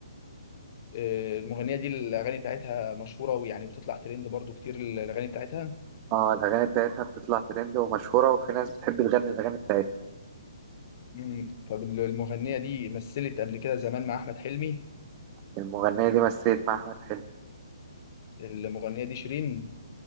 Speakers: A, on the left; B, on the right.
A: آه، المغنيه دي الاغاني بتاعتها مشهوره ويعني بتطلع ترند برضو كتير الاغاني بتاعتها
B: اه الأغاني بتاعتها بتطلع ترند ومشهورة وفي ناس بتحب تغني الأغاني بتاعتها
A: مم، فالمغنيه دي مثلت قبل كده زمان مع احمد حلمي
B: المغنية دي مثلت مع أحمد حلمي
A: المغنيه دي شيرين